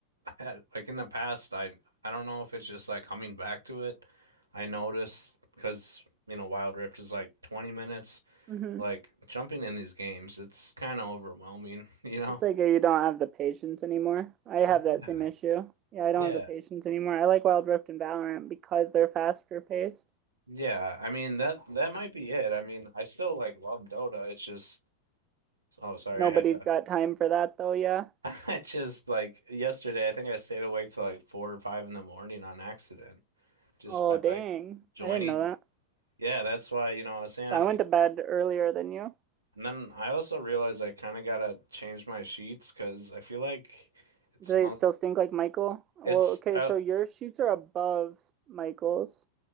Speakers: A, on the right; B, on the right.
A: had- like in the past, I I don't know if it's just like coming back to it. I noticed because you know Wild Rift is like 20 minutes.
B: hmm
A: Like jumping in these games, it's kind of overwhelming, <laughs> you know?
B: It's like you don't have the patience anymore. I have
A: Yeah.
B: that same issue. Yeah, I don't
A: Yeah.
B: have the patience anymore. I like Wild Rift and Valorant because they're faster paced.
A: Yeah. I mean that that might be it. I mean, I still like love Dota. It's just oh sorry,
B: Nobody's
A: I had to
B: got time for that though, yeah.
A: <laughs> it's just like yesterday I think I stayed awake till like four or five in the morning on accident just
B: Oh,
A: by
B: dang.
A: like joining.
B: I didn't know that.
A: Yeah, that's why, you know, I was saying
B: So
A: I
B: I went to bed earlier than you.
A: And then I also realized I kind of gotta change my sheets because I feel like it
B: Do
A: smells.
B: they still stink like Michael? Well,
A: It's
B: okay,
A: uh,
B: so your sheets are above Michael's.